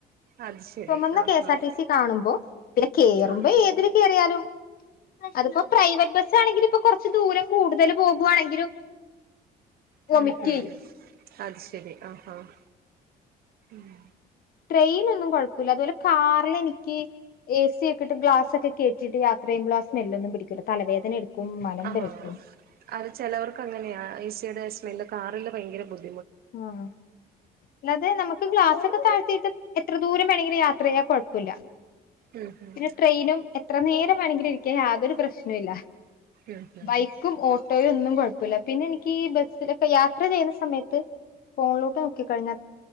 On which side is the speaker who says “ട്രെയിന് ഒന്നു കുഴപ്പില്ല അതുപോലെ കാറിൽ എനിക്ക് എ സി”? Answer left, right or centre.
Left